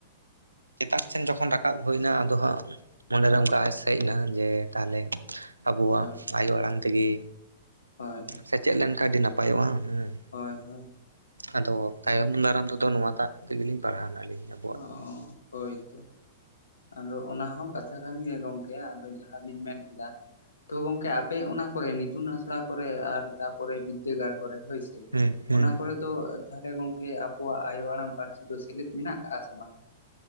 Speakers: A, on the right; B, on the left.
A: ᱪᱮᱛᱟᱱ ᱥᱮᱱ ᱡᱚᱠᱷᱚᱱ ᱨᱟᱠᱟᱵ ᱦᱩᱭᱱᱟ, ᱟᱫᱚ ᱦᱟᱸᱜ ᱢᱚᱱᱮᱨᱮ
B: ᱦᱳᱭ
A: ᱚᱱᱠᱟ ᱦᱮᱜ ᱱᱟ ᱡᱮ ᱛᱟᱦᱚᱞᱮ ᱟᱵᱚᱣᱟᱜ
B: ᱦᱳᱭ
A: ᱟᱭᱳ ᱟᱲᱟᱝ ᱛᱮᱜᱮ
B: ᱦᱳᱭ,
A: ᱥᱮᱪᱮᱫ ᱞᱮᱱ ᱠᱷᱟᱱ ᱟᱹᱰᱤ ᱱᱟᱯᱟᱭᱚᱜᱼᱟ᱾ ᱦᱩᱸ
B: ᱦᱳᱭ ᱦᱳᱭ
A: ᱟᱫᱚ ᱛᱟᱭᱚᱢ ᱫᱟᱨᱟᱢ ᱫᱚ ᱟᱫᱚ ᱱᱚᱣᱟ ᱴᱟᱜ ᱛᱮ ᱜᱮᱞᱤᱧ ᱯᱟᱲᱦᱟᱣᱱᱟ ᱟᱹᱞᱤᱧ ᱦᱚᱸᱯ᱾
B: ᱚᱸ ᱦᱳᱭᱛᱚ, ᱟᱫᱚ ᱚᱱᱟᱦᱚᱸ ᱠᱟᱛᱷᱟ ᱠᱟᱱ ᱜᱮᱭᱟ ᱜᱚᱝᱠᱮ, ᱟᱫᱚ ᱡᱟᱦᱟᱸ ᱵᱤᱱ ᱢᱮᱱ ᱠᱮᱫᱟ ᱛᱚ ᱜᱚᱝᱠᱮ ᱟᱯᱮ ᱚᱱᱟ ᱠᱚᱨᱮ ᱱᱤᱛᱩᱱ ᱟᱥᱲᱟ ᱠᱚᱨᱮ ᱟᱨ ᱛᱟᱯᱚᱨᱮ ᱵᱤᱫᱽᱫᱟᱹᱜᱟᱲ ᱠᱚᱨᱮ ᱦᱳᱭ ᱥᱮ
A: ᱦᱩᱸ ᱦᱩᱸ
B: ᱚᱱᱟ ᱠᱚᱨᱮ ᱫᱚ ᱛᱟᱦᱚᱞᱮ ᱜᱚᱝᱠᱮ ᱟᱵᱚᱣᱟᱜ ᱟᱭᱳ ᱟᱲᱟᱝ ᱯᱟᱹᱨᱥᱤ ᱫᱚ ᱥᱮᱞᱮᱫ ᱢᱮᱱᱟᱜ ᱟᱠᱟᱜᱼᱟ ᱥᱮ ᱵᱟᱝ? <inaudible>